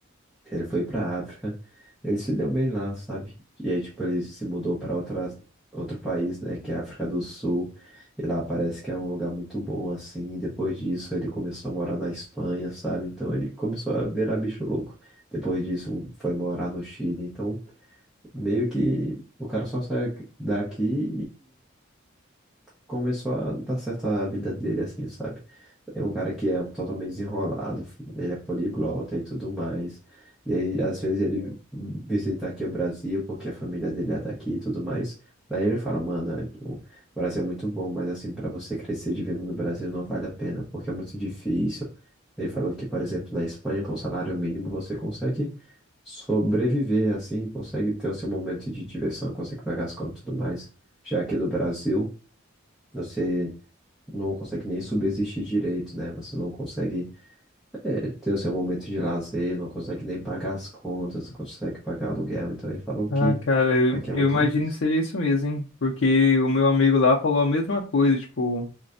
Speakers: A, in the centre; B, on the left (about 65°).
A: que Ele foi pra África, ele se deu bem lá, sabe? E aí, tipo, ele se mudou pra outra, outro país, né, que é a África do Sul, e lá parece que é um lugar muito bom, assim. E depois disso, ele começou a morar na Espanha, sabe? Então, ele começou a virar bicho louco. Depois disso, foi morar no Chile. Então, meio que o cara só saiu daqui começou a dar certo a vida dele, assim, sabe? É um cara que é totalmente desenrolado, ele é poliglota e tudo mais. E aí, às vezes, ele visita aqui o Brasil, porque a família dele é daqui e tudo mais. Daí ele fala, mano, é, o Brasil é muito bom, mas assim, para você crescer vivendo no Brasil não vale a pena, porque é muito difícil. Ele falou que, por exemplo, na Espanha, com salário mínimo, você consegue sobreviver, assim, consegue ter o seu momento de diversão, consegue pagar as contas e tudo mais. Já aqui no Brasil. Você não consegue nem subsistir direito, né? Você não consegue é, ter o seu momento de lazer, não consegue nem pagar as contas, não consegue pagar aluguel. Então ele falou que
B: Ah, cara, eu,
A: aqui
B: eu
A: é muito
B: imagino
A: difícil.
B: que seja isso mesmo, hein? Porque o meu amigo lá falou a mesma coisa, tipo,